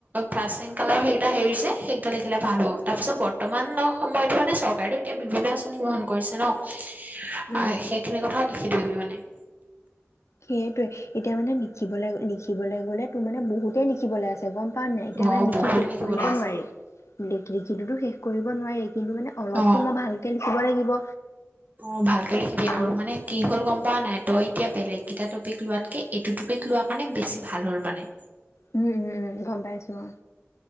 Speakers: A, on the right; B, on the left.
A: প্ৰাচীন কালৰ সেইকেইটা হেৰি দে সেইকেইটা লিখিলে ভাল হ'ব। তাৰ পিছত বৰ্তমান সময়তো মানে চৰকাৰেটো এতিয়া বিভিন্ন আঁচনি গ্ৰহন কৰিছে ন।
B: উম।
A: সেইখিনি কথাও লিখি <unintelligible> মনে
B: সেইয়টোৱে, এতিয়া মানে লিখিবলৈ, লিখিবলৈ গ'লে তোৰ মানে বহুতেই লিখিবলৈ আছে গম পাঅ নাই, এতিয়া
A: অ
B: মানে লিখি
A: বহুত
B: শেষ
A: লিখিবলৈ
B: কৰিব
A: আছে
B: নোৱাৰি। লিখিতো তো শেষ কৰিব ব নোৱাৰি। কিন্তু মানে অলপতো
A: অ
B: মই ভালকৈ লিখিব লাগিব
A: অ ভালকে লিখিবি
B: আৰু
A: মানে কি হ'ল গম পোৱা নাই তই এতিয়া বেলেগ কেইটা টপিক লোৱাতকে এইটো টপিক লোৱা কাৰণে বেছি ভাল হ'ল মানে
B: উম উম উম গম পাইছো অঁ